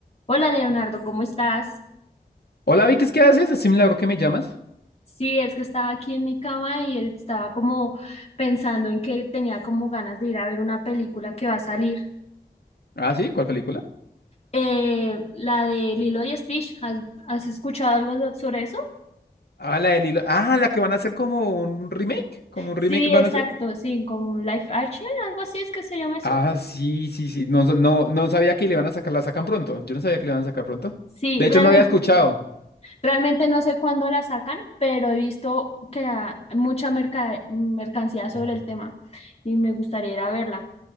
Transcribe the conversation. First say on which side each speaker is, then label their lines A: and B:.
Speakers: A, on the left (about 40°); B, on the left (about 70°).
A: Hola Leonardo, ¿cómo estás?
B: Hola Vicky, ¿qué haces? Es un milagro que me llamas.
A: Sí, es que estaba aquí en mi cama y estaba como pensando en que tenía como ganas de ir a ver una película que va a salir.
B: Ah, sí, ¿cuál película?
A: Eh, la de Lilo y Stitch, ¿has, has escuchado algo so- sobre eso?
B: Ah, la del hilo. Ah, la que van a hacer como un remake. Como un
A: Sí,
B: remake van
A: exacto,
B: a hacer.
A: sí, como Life Action, algo así es que se llama eso.
B: Ah, sí, sí, sí. No, so- no, no sabía que le iban a sacar, la sacan pronto. Yo no sabía que le iban a sacar pronto.
A: Sí,
B: De
A: realmente,
B: hecho, no había escuchado.
A: realmente no sé cuándo la sacan, pero he visto que hay mucha merca- mercancía sobre el tema y me gustaría ir a verla.